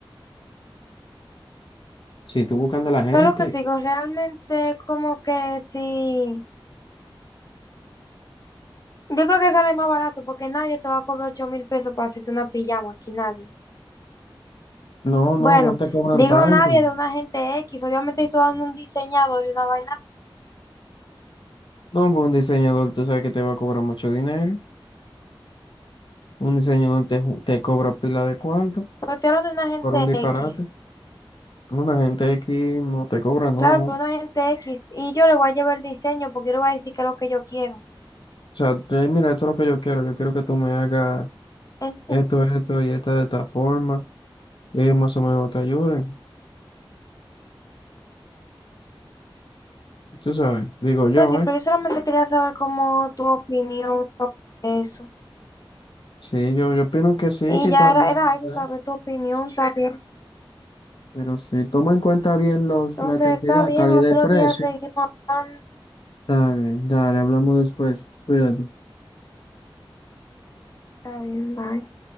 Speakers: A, on the left; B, on the left.
A: Si tú buscando a la gente,
B: es lo que te digo, realmente como que sí, yo creo que sale más barato porque nadie te va a cobrar ocho mil pesos para hacerte una pijama, aquí nadie.
A: no, no,
B: Bueno,
A: no te cobran
B: digo
A: tanto.
B: nadie de una gente X, obviamente estoy dando un diseñador y una vaina
A: No, pues un diseñador, tú sabes que te va a cobrar mucho dinero. Un diseñador te, ju- te cobra pila de cuarto.
B: Sortearon de una gente
A: Por un disparate.
B: X.
A: No, la gente aquí no te cobra, no,
B: Claro,
A: no.
B: pero
A: O
B: una gente X. Y yo le voy a llevar el diseño porque yo le voy a decir que es lo que yo quiero.
A: sea, tú mira, esto es lo que yo quiero. Yo quiero que tú me hagas
B: ¿Entiendes?
A: esto, esto y esta de esta forma. Y ellos más o menos te ayuden. Tú sabes, digo yo,
B: Pues sí, pero
A: ¿eh?
B: yo solamente quería saber cómo tu opinión sobre eso.
A: Sí, yo, yo opino que sí,
B: Y
A: que está
B: ya era,
A: bien,
B: era eso,
A: ¿verdad?
B: saber tu opinión, está bien.
A: Pero si toma en cuenta bien los,
B: Entonces,
A: la cantidad,
B: está bien,
A: calidad
B: otro
A: y precio,
B: día seguimos hablando.
A: está bien. Dale, hablamos después. Cuídate.
B: Está bien, bye.